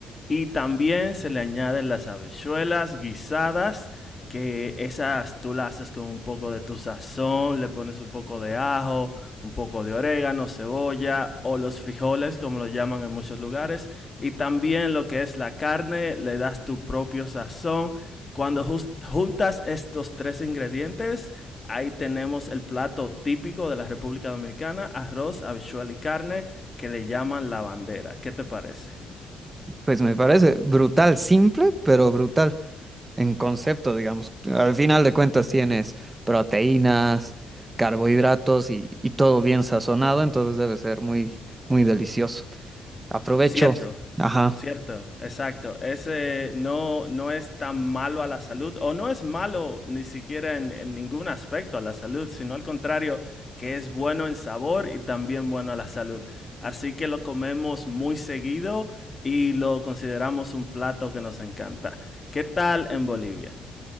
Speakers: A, on the left; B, on the right.
A: Y también se le añaden las habichuelas guisadas, que esas tú las haces con un poco de tu sazón, le pones un poco de ajo, un poco de orégano, cebolla o los frijoles, como lo llaman en muchos lugares. Y también lo que es la carne, le das tu propio sazón cuando juntas estos tres ingredientes, ahí tenemos el plato típico de la República Dominicana, arroz, habichuela y carne, que le llaman la bandera. ¿Qué te parece?
B: Pues me parece brutal, simple, pero brutal. en concepto, digamos. Al final de cuentas tienes proteínas, carbohidratos y, y todo bien sazonado, entonces debe ser muy, muy delicioso. Aprovecho.
A: Cierto,
B: Ajá.
A: cierto, exacto. Ese no, no es tan malo a la salud, o no es malo ni siquiera en, en ningún aspecto a la salud, sino al contrario, que es bueno en sabor y también bueno a la salud. Así que lo comemos muy seguido y lo consideramos un plato que nos encanta. ¿Qué tal en Bolivia?